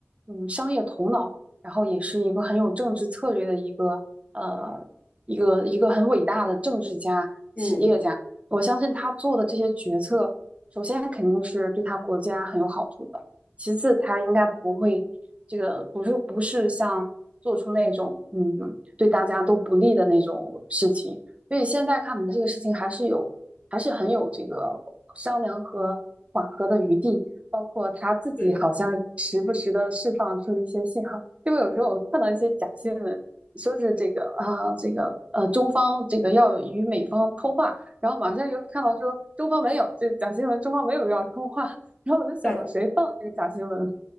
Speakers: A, on the right (about 25°); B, on the left (about 25°).
A: 嗯商业头脑，然后也是一个很有政治策略的一个呃一个一个很伟大的政治家、
B: 嗯，
A: 企业家。我相信他做的这些决策，首先肯定是对他国家很有好处的，其次他应该不会这个不是不是像做出那种嗯。对大家都不利的那种事情。所以现在看来，这个事情还是有，还是很有这个商量和缓和的余地。包括他自己好像时不时的释放出一些信号，
B: 是，
A: 因为有时候我看到一些假新闻，说是这个啊，这个呃，中方这个要与美方通话，然后马上又看到说中方没有，这假新闻，中方没有要通话，然后我就想谁放这个假新闻？
B: 感